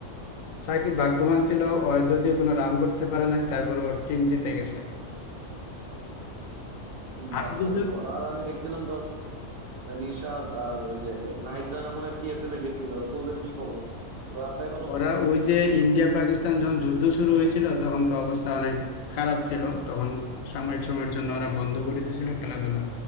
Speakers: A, on the left; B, on the right.
A: সাকিব ভাগ্যবান ছিল ও যদিও কোনো রান করতে পারে নাই তারপর ওর টিম জিতে গেছে আর
B: বাহ
A: যদি
B: তাহলে তো ভালো আর আমি দেখছিলাম ধর রিশাদ আর ওই যে নাহিদ রানা মনে হয় পিএসএল এ গেছিল তো ওদের কি খবর ওরা আছে এখনো
A: ওরা ওই যে ইন্ডিয়া পাকিস্তান যখন যুদ্ধ শুরু হয়েছিল তখন তো অবস্থা অনেক খারাপ ছিল তখন সাময়িক সময়ের জন্য ওরা বন্ধ করে দিয়েছিল খেলাধুলা